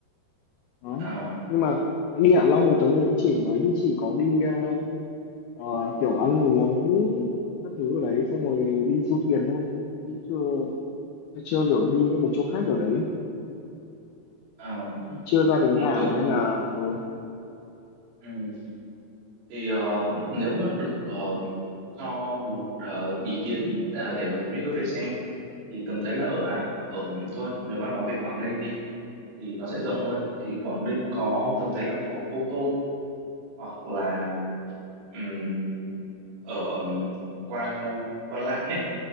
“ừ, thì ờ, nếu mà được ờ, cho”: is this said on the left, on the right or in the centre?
Right